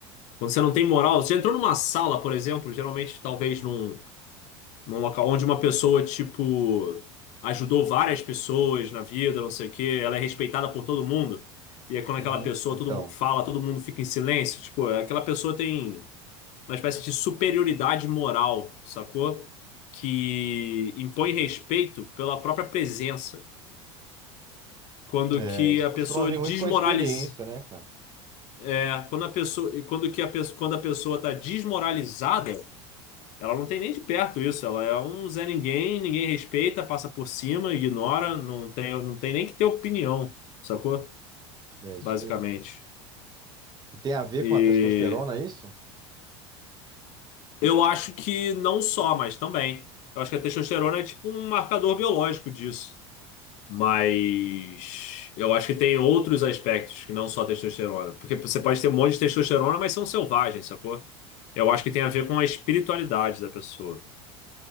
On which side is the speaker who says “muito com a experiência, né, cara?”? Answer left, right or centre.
Right